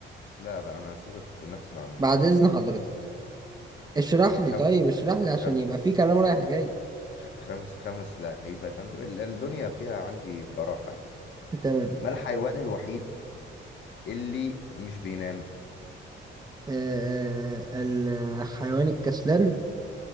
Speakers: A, on the left (about 65°); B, on the right (about 20°).
A: لا لا انا هسيبك بنفس معلوماتك
B: بعد اذن حضرتك اشرح
A: تمام
B: لي
A: خمس
B: طيب اشرح لي عشان
A: خمسة
B: يبقى
A: يا فندم
B: في كلام رايح جاي
A: خ- خمس خمس لعيبة يا فندم ال- الدنيا فيها عندي براحة دي يعني
B: تمام
A: ما الحيوان الوحيد اللي مش بينام
B: آه آه، آه، الحيوان الكسلان